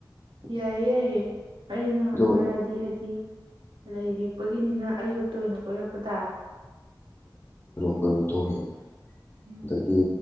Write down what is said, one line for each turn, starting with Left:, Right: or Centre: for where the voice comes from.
Right: ꯌꯥꯏꯌꯦ ꯌꯥꯏꯌꯦ ꯑꯩꯅ ꯑꯩꯈꯣꯏꯗꯗꯤ
Left: ꯑꯗꯨꯒ
Right: ꯂꯩ ꯍꯦꯛꯄꯒꯤꯅꯤꯅ ꯑꯌꯨꯛꯇ ꯑꯣꯏꯅ ꯀꯣꯏꯔꯛꯄ ꯇꯥꯔꯦ
Left: ꯊꯣꯛꯒꯦ
Right: ꯎꯝ
Left: ꯑꯗꯒꯤ